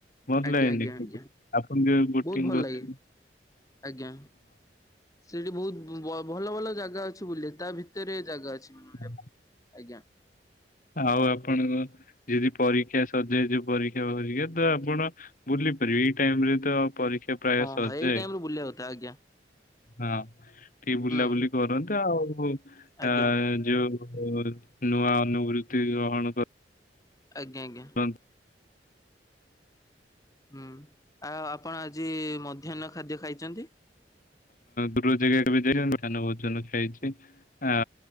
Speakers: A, on the left; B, on the left.
A: ଭଲ
B: ଆଜ୍ଞା
A: ଲାଗେନି
B: ଆଜ୍ଞା ଆଜ୍ଞା
A: ଆପଣ କେବେ ବୋଟିଂ
B: ବହୁତ ଭଲ
A: କରିିଥି
B: ଲାଗେ ଆଜ୍ଞା ସେଠି ବହୁତ୍ ବ ଭଲ ଭଲ ଜାଗା ଅଛି। ତୁବୁଲେ ତାଭିତରେ ଜାଗା ଅଛି ବୁଲିବା
A: ହଁ।
B: ପାଇଁ ଆଜ୍ଞା।
A: ଆଉ ଆପଣଙ୍କ ଯଦି ପରୀକ୍ଷା ସରିଯାଇଚି ପରୀକ୍ଷା କରିକାତ ଆପଣ ବୁଲିପାରିବେ ଏଇ ଟାଇମିରେତ ପରୀକ୍ଷା ପ୍ରାୟ
B: ଓହୋ
A: ସରିଯାଏ
B: ଏଇ ଟାଇମିରେ ବୁଲିବାକୁଥା ଆଜ୍ଞା।
A: ହଁ ଟିକେ ବୁଲାବୁଲି
B: ହୁଁ
A: କରନ୍ତି ଆଉ
B: ଆଜ୍ଞା
A: ଆ ଯୋଉ ନୂଆ ଅନୁଭୃତ୍ତି ଗ୍ରହଣ କ
B: ଆଜ୍ଞ ଆଜ୍ଞା।
A: <unintelligible>
B: ହୁଁ ଆଉ ଆପଣ ଆଜି ମଧ୍ୟାହ୍ନ ଖାଦ୍ୟ ଖାଇଚନ୍ତି?
A: ଦୂର ଜାଗାବି <unintelligible> ମଧ୍ୟନ ଭୋଜନ ଖାଇଚି ଆ